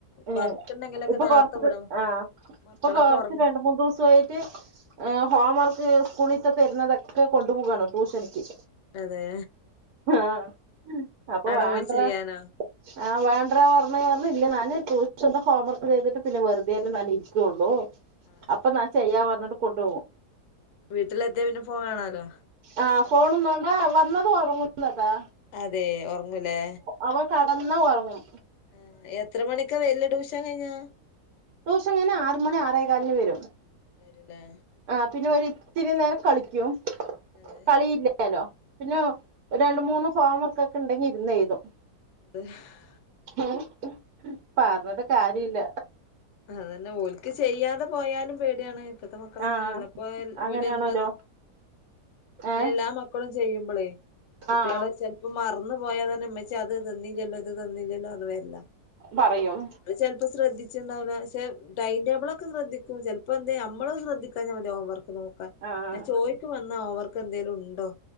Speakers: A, on the right; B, on the left.
A: ഉം
B: വർക്ക്ണ്ടെങ്കിലൊക്കെ
A: ഇപ്പൊ
B: നേർത്തെ
A: കൊറച്ച്
B: വിടും
A: ആഹ്
B: മക്കളൊക്കെ
A: ഇപ്പൊ <unintelligible>
B: ഒറങ്ങും
A: രണ്ട്‌ മൂന്ന് ദിവസായിട്ട് ഏ ഹോം വർക്ക് സ്കൂളിത്തെ തെര്ന്നതൊക്കെ കൊണ്ടുപോകാണ് ട്യൂഷനിക്ക്
B: അതെ
A: ആഹ് അപ്പൊ
B: അടെ
A: വേണ്ട്രാ
B: പോയി ചെയ്യാനോ
A: ആഹ് വേണ്ടറ പർ <unintelligible> പർഞ് ഇല്ല ഞാന് ടൂഷന്റെ ഹോം വർക്ക് ചെയ്തിട്ട് പിന്നെ വെറ്തേ നാനി രിക്കൊള്ളൂ
B: ആഹ്
A: അപ്പൊ നാൻ ചെയ്യാ പർഞ്ട്ട് കൊണ്ടോകും
B: വീട്ടിലെത്യാ പിന്നെ ഫോണ് കാണാലോ
A: ആഹ് ഫോണും വാണ്ട വന്നതും ഒറങ്ങുന്നതാ
B: അതെ ഒർങ്ങും ലേ
A: അവൻ കടന്നാ ഒർങ്ങും
B: ആഹ് എത്ര മണിക്കാ വെര്ല് ട്യൂഷൻ കയ്ഞ്ഞ
A: ട്യൂഷൻ കയ്ഞ്ഞ ആറ് മണി ആറേ കാലിന് വെരും
B: വെരും ലേ
A: ആഹ് പിന്നെ ഒരിത്തിരി നേരം കളിക്കും
B: അതെ
A: കളിയില്ല ല്ലാലോ പിന്നെ രണ്ട്മൂന്ന് ഹോം വർക്കൊക്കെ ണ്ടെങ്കി എയ്തും
B: <unintelligible>
A: ഉം പർഞ്ട്ട് കാര്യല്ല
B: അതെന്നെ ഓൽക്ക് ചെയ്യാതെ പോയാലും പേടിയാണ് ഇപ്പത്തെ മക്കൾ
A: ആഹ്
B: അങ്ങനെണല്ലോ ഇപ്പാ
A: അങ്ങനെയാണല്ലോ
B: ഓലെന്ത്‌ വന്ന്
A: ഏഹ്
B: എല്ലാ മക്കളും ചെയ്യുമ്പളേ കുട്ട്യാളെ
A: ആഹ്
B: ചെ പ്പൊ മർന്ന് പോയാതെന്നെ മ്മച്ചി അത് തന്നില്ലല്ലോ ഇത് തന്നില്ലല്ലോ ന്ന് പർഞ് വെര്ല
A: പറയും
B: അത് ചെൽപ്പം ശ്രദ്ധിച്ച റ്റ്ണ്ടാവൂല പക്ഷെ ടൈം ടേബ്ളൊക്കെ ശ്രദ്ധിക്കും ചെൽപ്പോ എന്തേ നമ്മൾ ശ്രദ്ധിക്കാഞ മതി ഹോംവർക്ക് നോ പ്പ
A: ആഹ്
B: ഞ ചോയ്ക്കും വന്നാ ഓവർക്ക് എന്തേലും ഉണ്ടോ.